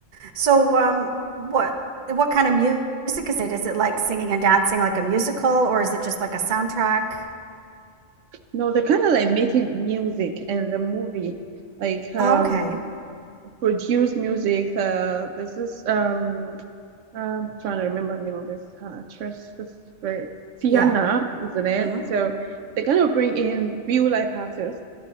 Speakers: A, on the right; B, on the right.
A: So um what what kind of music is it? Is it like singing and dancing like a musical or is it just like a soundtrack?
B: no, they're kind of like making music and the movie like um.
A: Oh, okay.
B: Produce music. Uh, this is um, I'm trying to remember the name of this uh, actress. This very Tiana,
A: Yeah.
B: isn't it?
A: Mm-hmm.
B: So they kind of bring in real life artists